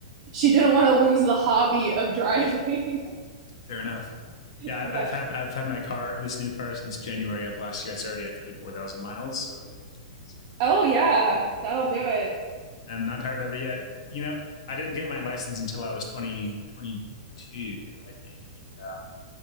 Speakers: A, on the right; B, on the left.
A: she didn't want to lose the hobby of driving. <laughs>
B: Fair enough. Yeah,
A: Yeah.
B: I- have had I've had my car this new car since January of last year. It's already at thirty four thousand miles, so super fun.
A: Oh yeah, that'll
B: Yep,
A: do it.
B: and I'm not tired of it yet. You know, I didn't get my license until I was twenty twenty two, I think, and um,